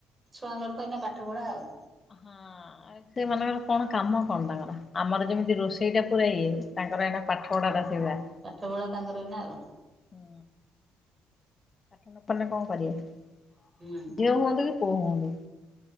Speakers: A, on the right; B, on the left.
A: ଛୁଆଙ୍କର ତ ଏନା ପାଠ ପଢା ଆଉ।
B: ହଁ ସେମାନଙ୍କର କଣ କାମ କଣ ତାଙ୍କର ଆମର ଯେମିତି ରୋଷେଇ ଟା ପୁରା ଇଏ। ତାଙ୍କର ଏଇନା ପାଠପଢାଟା ସେଇଭଳ୍ଆ।
A: ଠପଢ଼ା ତାଙ୍କର ଏଇନା ଆଉ।
B: ହୁଁ ପାଠ ନ ପଢ଼ିଲେ କଣ କରିବେ
A: ହୁଁ
B: ଝିଅ ହୁଅନ୍ତୁ କି ପୁଅ ହୁଅନ୍ତୁ।